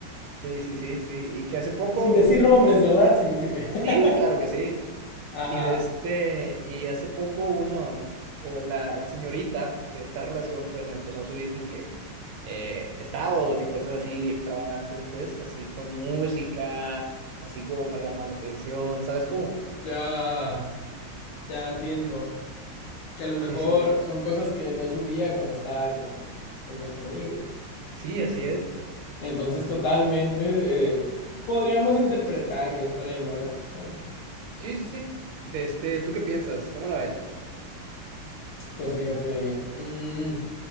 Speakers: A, on the right; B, on the left.
A: Sí, sí, sí, sí, y que hace poco,
B: Sin decir
A: u-
B: nombres, ¿verdad? Sin decir. <laughs>
A: sí, claro que sí,
B: Ajá.
A: Y de este, y hace poco uno, o la, la señorita de esta relación, pues empezó a subir como que eh, estados y cosas así extravagantes, pues, así con música, así como para llamar la atención, ¿sabes cómo?
B: Ya. Ya entiendo. Que a lo mejor
A: Sí, sí,
B: son cosas que no subía cuando estaba con, con nuestro amigo.
A: sí, así es.
B: Entonces, totalmente eh, podríamos interpretar que es para llamar la atención.
A: Sí, sí, sí. De este, ¿tú qué piensas? ¿Cómo la ves?
B: Pues fíjate. mm,